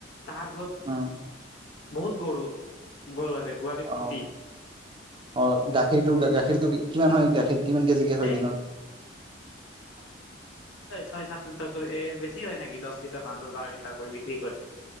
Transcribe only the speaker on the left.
তাহাৰ ঘৰত
বহুত গৰু গৰু আছে। গোহালি
ভত্তি।
এ
এ ছাত্ৰ ঠাকুৰ এ বেছ হয় নেকি দশ লিটাৰ মান দহ বাৰ লিটাৰ কৰি বিক্ৰী কৰে